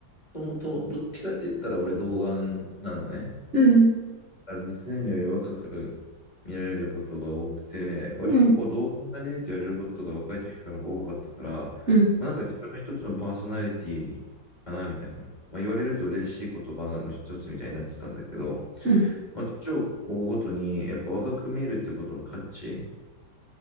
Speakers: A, on the left; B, on the right.
A: ともとどっちかって言ったら俺童顔なのね。
B: うん。
A: から実年齢より若く見られることが多くて、割とこう同伴だねって言われることが若い時から多かったから、
B: うん。うん。
A: まあ、なんか自分の一つのパーソナリティかなみたいな、まあ、言われると嬉しい言葉の一つみたいになってたんだけど、
B: うん。
A: まあ、年を追うごとにやっぱ若く見えるっていうことの価値